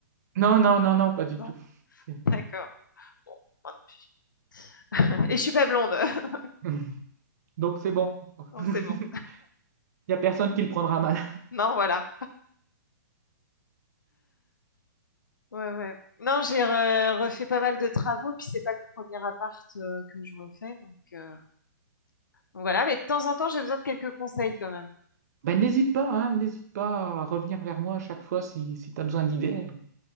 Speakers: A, on the right; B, on the left.
A: Non, non, non, non, pas du
B: Non.
A: tout. C'est-
B: D'accord. Bon, moi non plus. <laughs> Et je suis pas blonde. <laughs>
A: <laughs> Donc c'est bon.
B: Non,
A: <laughs> Il
B: c'est bon.
A: n'y a personne qui le prendra mal.
B: Non, voilà. Ouais, ouais. Non, j'ai re- refait pas mal de travaux, puis c'est pas le premier appart euh, que je refais, donc, euh, donc voilà. Mais de temps en temps, j'ai besoin de quelques conseils quand même.
A: Ben, n'hésite pas, hein, n'hésite pas à revenir vers moi à chaque fois si, si tu as besoin d'idées.